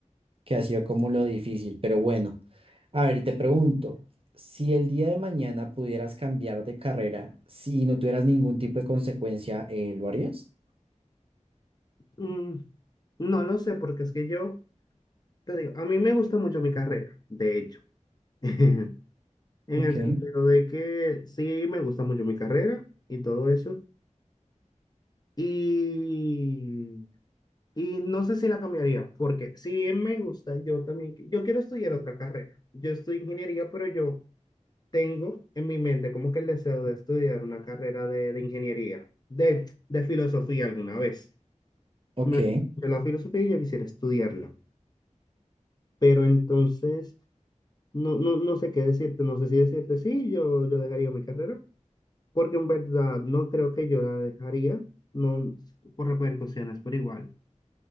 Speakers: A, on the right; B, on the left.
A: que ha sido como lo difícil, pero bueno. A ver, te pregunto, si el día de mañana pudieras cambiar de carrera, si no tuvieras ningún tipo de consecuencia, eh, ¿lo harías?
B: Mm, no lo sé, porque es que yo, te digo, a mí me gusta mucho mi carrera, de hecho, <laughs> en el
A: Ok,
B: sentido de que sí me gusta mucho mi carrera y todo eso. Y, y no sé si la cambiaría, porque si me gusta, yo también, qui- yo quiero estudiar otra carrera. Yo estudio ingeniería, pero yo tengo en mi mente como que el deseo de estudiar una carrera de, de ingeniería, de, de filosofía alguna vez.
A: ok,
B: Me gusta la filosofía y yo quisiera estudiarla. Pero entonces... No, no, no sé qué decirte, no sé si decirte sí, yo, yo dejaría mi carrera, porque en verdad no creo que yo la dejaría, no por repercusiones, pero igual.